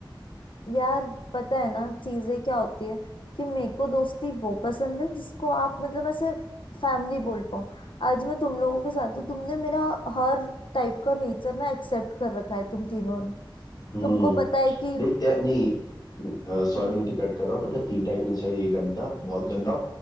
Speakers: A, on the left; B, on the left.
A: यार पता है ना चीजें क्या होती है कि मेरे को दोस्ती वो पसंद है जिसको आप मतलब ऐसे फैमिली बोल पाऊं आज मैं तुम लोगों के साथ हूँ तुमने मेरा हर टाइप का नेचर ना एक्सेप्ट कर रखा है तुम तीनों ने
B: हम्म
A: तुमको पता है कि
B: देखते हैं नहीं सॉरी
A: हम्म।
B: अति कट कर रहा हूँ पता है तीन टाइप के नेचर ये गंदा बहुत गंदा और